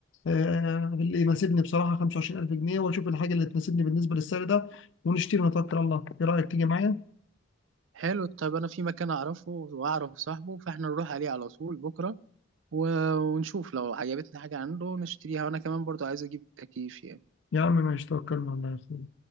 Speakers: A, on the left; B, on the right.
A: آه، آه، اللي يناسبني بصراحة 25000 جنيه وأشوف الحاجة اللي تناسبني بالنسبة للسعر ده ونشتري ونتوكل على الله إيه رأيك تيجي معايا؟
B: حلو طيب انا في مكان اعرفه واعرف صاحبه فاحنا نروح عليه على طول بكره و... ونشوف لو عجبتنا حاجه عنده نشتريها وانا كمان برضو عايز اجيب تكييف يعني
A: يا عم ماشي توكلنا على الله يا أخوي